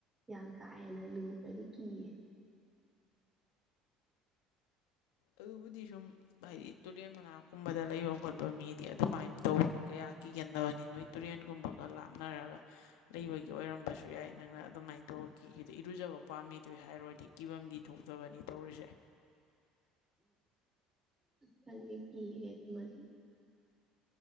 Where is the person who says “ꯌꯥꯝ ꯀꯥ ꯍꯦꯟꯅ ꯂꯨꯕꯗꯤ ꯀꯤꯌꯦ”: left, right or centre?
Right